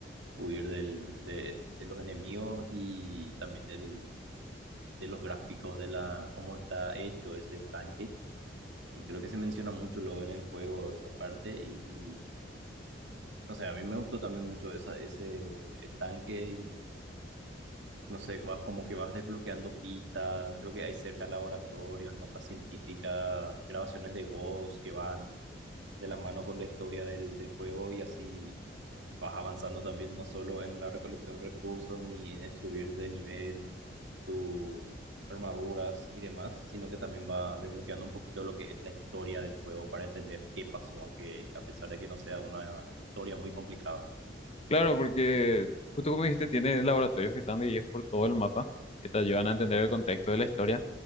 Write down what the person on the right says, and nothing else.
huir del, de, de los enemigos y también del, de los gráficos de la, cómo está hecho ese estanque. Y creo que se menciona mucho luego en el juego esa parte y no sé, a mí me gustó también mucho esa, ese estanque y no sé, vas como que vas desbloqueando pistas, creo que hay cerca laboratorios, notas científicas, grabaciones de voz que van de la mano con la historia del, del juego y así vas avanzando también no solo en la recolección de recursos ni en el subir de nivel, tus armaduras y demás, sino que también va desbloqueando un poquito lo que es la historia del juego para entender qué pasó, aunque a pesar de que no sea una historia muy complicada.